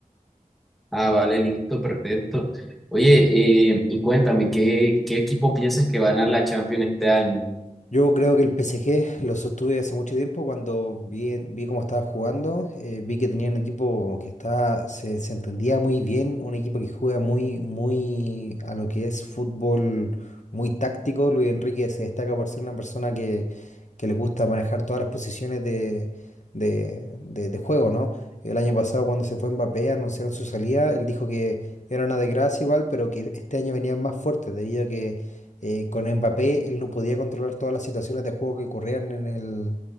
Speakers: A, in the centre; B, on the left.
A: Ah, vale, listo, perfecto. Oye, eh, y cuéntame, ¿qué, qué equipo piensas que va a ganar la Champions este año?
B: Yo creo que el PSG lo sostuve hace mucho tiempo cuando vi, vi cómo estaba jugando, eh, vi que tenía un equipo que estaba, se, se entendía muy bien, un equipo que juega muy, muy a lo que es fútbol muy táctico. Luis Enrique se destaca por ser una persona que, que le gusta manejar todas las posiciones de, de, de- de juego, ¿no? El año pasado cuando se fue Mbappé, anunciaron su salida, él dijo que era una desgracia igual, pero que este año venían más fuertes debido a que eh, con Mbappé él no podía controlar todas las situaciones de juego que ocurrían en el,